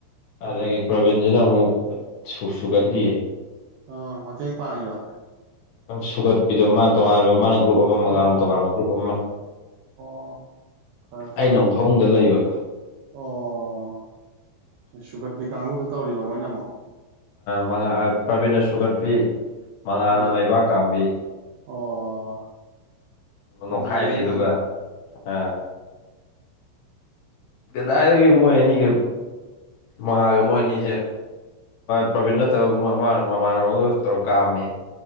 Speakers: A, on the left (about 65°); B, on the right (about 70°).
A: ꯑꯗꯒꯤ ꯄ꯭ꯔꯕꯤꯟꯁꯤꯅ ꯑꯃꯨꯛ ꯁꯨꯒꯠꯂꯤꯌꯦ
B: ꯑ ꯃꯇꯦꯡ ꯄꯥꯡꯉꯤꯕ
A: ꯁꯨꯒꯠꯄꯤꯗꯕ ꯃꯥ ꯇꯣꯉꯥꯟꯕ ꯃꯥꯅ
B: ꯑꯣ
A: ꯒ꯭ꯔꯨꯞ ꯑꯃ ꯃꯉꯥꯜ
B: ꯑꯣ
A: ꯇꯣꯉꯥꯟꯕ ꯒ꯭ꯔꯨꯞ ꯑꯃ
B: ꯑꯣ ꯍ
A: ꯑꯩꯅ ꯑꯃꯨꯛ ꯐꯃꯨꯡꯗ ꯂꯩꯕ
B: ꯑꯣ ꯁꯨꯒꯗꯤꯤ ꯀꯥꯡꯕꯨꯗ ꯇꯧꯔꯤꯕ ꯃꯣꯏꯅ ꯑꯃꯛ
A: ꯃꯉꯥ ꯄ꯭ꯔꯕꯤꯟꯅ ꯁꯨꯒꯠꯄꯤ ꯃꯉꯥꯅ
B: ꯑꯥ
A: ꯃꯩꯕꯥꯛ ꯀꯥꯝꯕꯤ
B: ꯑꯣ ꯅꯨꯡꯉꯥꯏꯔꯤꯌꯦ
A: ꯅꯣꯈꯥꯏꯔꯤ ꯑꯗꯨꯒ
B: ꯃꯣꯏꯗꯤ
A: ꯑ ꯀꯗꯥꯏꯗꯒꯤ ꯃꯣꯏ ꯑꯅꯤꯒ ꯃꯉꯥꯒ ꯃꯣꯏ ꯑꯅꯤꯁꯦ ꯄ꯭ꯔꯕꯤꯟ ꯅꯠꯇꯕ ꯃꯃꯥꯟꯅꯕ ꯑꯃꯒ ꯇꯧꯔ ꯀꯥꯑꯝꯃꯤ